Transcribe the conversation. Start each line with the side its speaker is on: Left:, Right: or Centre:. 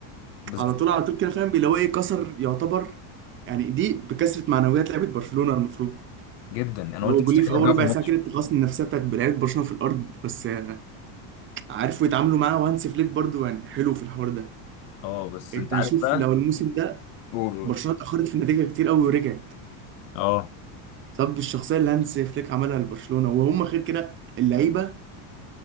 Left: بالظبط
Right: على طول على طول كده فاهم اللي هو ايه كسر يعتبر يعني دي بكسرة معنويات لعيبة برشلونة المفروض
Left: جدا يعني. انا
Right: لو
Left: قلت مستحيل
Right: جولين في اول
Left: يرجعوا
Right: ربع
Left: في الماتش
Right: ساعة كده التقاص النفسية بتاعت لعيبة برشلونة في الارض بس آه، عارفوا يتعاملوا معاه وهانسي فليك برضو يعني حلو في الحوار ده
Left: اه بس
Right: انت
Left: انت عارف
Right: شوف
Left: بقى
Right: لو الموسم ده
Left: قول قول
Right: برشلونه اتاخرت في النتيجه كتير قوي ورجعت
Left: اه
Right: بسبب الشخصيه اللي هانز فليك عملها لبرشلونه وهم غير كده اللعيبه